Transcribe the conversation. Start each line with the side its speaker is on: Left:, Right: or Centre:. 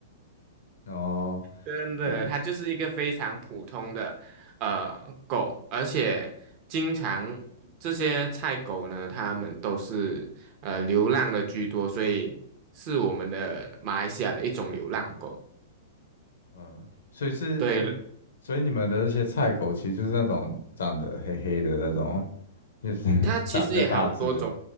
Left: <laughs> 哦，
Right: 真的，
Left: 这是
Right: 它就是一个非常普通的呃狗，而且经常这些菜狗呢，它们都是呃流浪的居多，所以是我们的马来西亚的一种流浪狗。
Left: 嗯，所以是，
Right: 对，
Left: 所以你们的那些菜狗其实就是那种长得黑黑的那种，就是 <laughs>
Right: 它其实也好多种，
Left: 大比较大只，